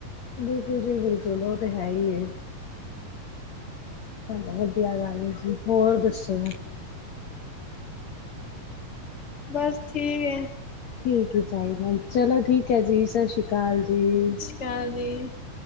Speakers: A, on the left; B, on the left.
A: ਬਿਲਕੁਲ ਜੀ ਬਿਲਕੁਲ ਉਹ ਤੇ ਹੈ ਈ ਏ ਚਲੋ <unintelligible> ਵਧੀਆ ਗੱਲ ਏ ਜੀ ਹੋਰ ਦੱਸੋ
B: ਬਸ ਠੀ ਏ
A: ਠੀਕ ਈ ਚਾਇਦਾ ਚਲੋ ਠੀਕ ਐ ਜੀ ਸਸ਼ਰੀਕਾਲ ਜੀ
B: <unintelligible>